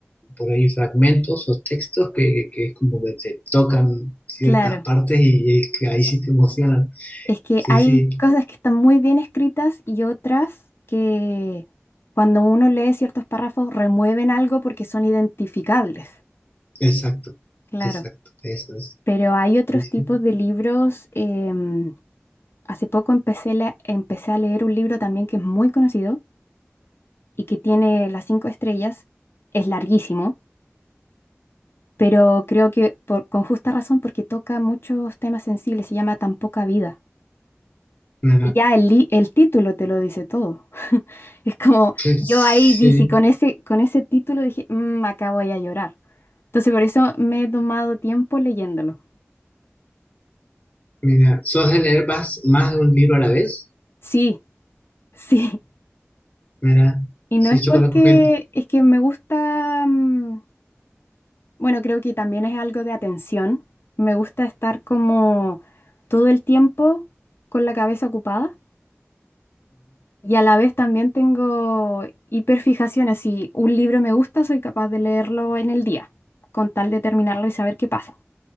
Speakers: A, on the left; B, on the left.
A: por ahí fragmentos o textos que, que es como que te tocan ciertas
B: claro.
A: partes y, y que ahí sí te emocionan.
B: Es que
A: Sí,
B: hay
A: sí,
B: cosas que están muy bien escritas y otras que cuando uno lee ciertos párrafos remueven algo porque son identificables,
A: exacto,
B: claro.
A: exacto, eso es.
B: Pero hay otros
A: Sí, sí.
B: tipos de libros. em, hace poco empecé, la- empecé a leer un libro también que es muy conocido y que tiene las cinco estrellas. Es larguísimo, pero creo que por- con justa razón porque toca muchos temas sensibles. Se llama Tan poca vida.
A: Mira,
B: Y ya el, li- el título te lo dice todo. Es como,
A: que-
B: yo
A: sí,
B: ahí dije, con ese, con ese título dije, "Mm, acá voy a llorar. Entonces por eso me he tomado tiempo leyéndolo.
A: mira, ¿sos de leer más, más de un libro a la vez?
B: Sí, <laughs> sí.
A: Mira,
B: Y no
A: sí,
B: es porque,
A: yo conozco gente.
B: es que me gusta, mm, bueno, creo que también es algo de atención. Me gusta estar como todo el tiempo con la cabeza ocupada y a la vez también tengo hiperfijaciones. Si un libro me gusta, soy capaz de leerlo en el día, con tal de terminarlo y saber qué pasa.